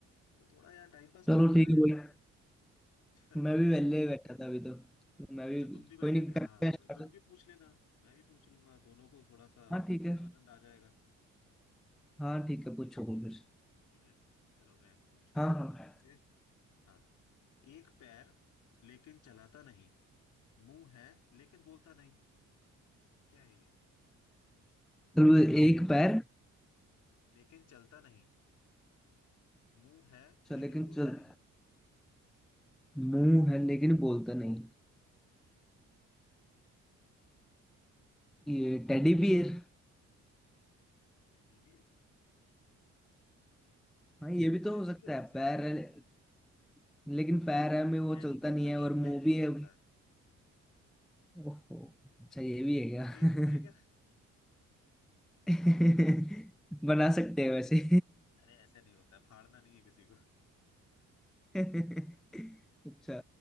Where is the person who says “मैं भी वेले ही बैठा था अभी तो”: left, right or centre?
Centre